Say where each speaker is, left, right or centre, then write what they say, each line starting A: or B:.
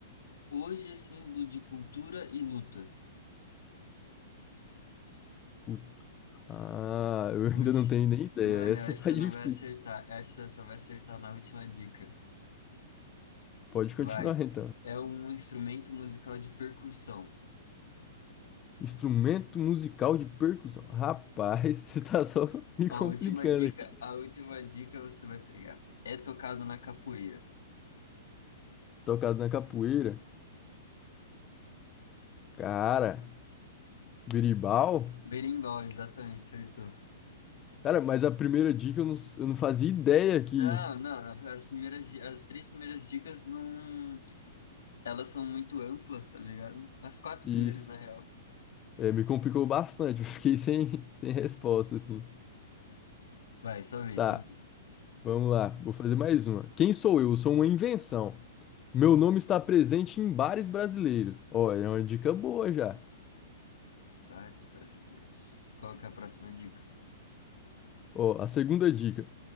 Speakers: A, on the left; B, on the left.
A: Hoje é símbolo de cultura e luta.
B: O- Ah, eu ainda
A: Pois,
B: não tenho nem ideia.
A: mano,
B: Essa
A: eu acho que
B: tá
A: você
B: <laughs> difícil.
A: não vai acertar. Eu acho que você só vai acertar na última dica.
B: Pode continuar
A: Vai.
B: então.
A: É um instrumento musical de percussão.
B: Instrumento musical de percussão. Rapaz, <laughs> você tá só me
A: Ó,
B: complicando
A: a última dica,
B: aqui.
A: a última dica você vai pegar. É tocado na capoeira.
B: Tocado na capoeira. Cara, berimbau?
A: Berimbau, exatamente, acertou.
B: Cara, mas a primeira dica eu não, s- eu não fazia ideia que
A: Não, não, as primeiras, di- as três primeiras dicas não, elas são muito amplas, tá ligado? As quatro
B: isso.
A: primeiras, na real.
B: É, me complicou bastante. <laughs> Eu fiquei sem, sem resposta, assim.
A: Vai, só vez,
B: Tá.
A: só vez.
B: Vamos lá, vou fazer mais uma. Quem sou eu? Sou uma invenção. Meu nome está presente em bares brasileiros. Ó, é uma dica boa já.
A: Vários brasileiros. Qual que é a próxima dica?
B: Ó, a segunda dica.